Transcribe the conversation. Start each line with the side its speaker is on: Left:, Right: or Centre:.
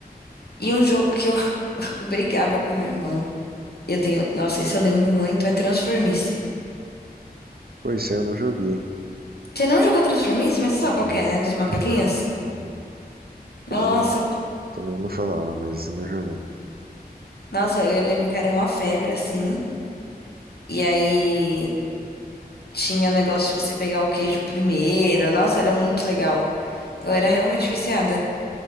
Left: E um jogo que eu <laughs> brigava com meu irmão. E eu tenho, nossa, isso eu lembro muito, é Transformice.
Right: Pois esse eu não joguei.
Left: Você não jogou Transformice, mas você sabe
Right: Não.
Left: qual que é, né? Dos macaquinhos?
Right: Eu- uhum. Todo
Left: Nossa,
Right: mundo, todo mundo falava, mas esse eu não joguei.
Left: nossa, eu lembro que era uma febre assim. E aí tinha o negócio de você pegar o queijo primeiro. Nossa, era muito legal. Eu era realmente viciada.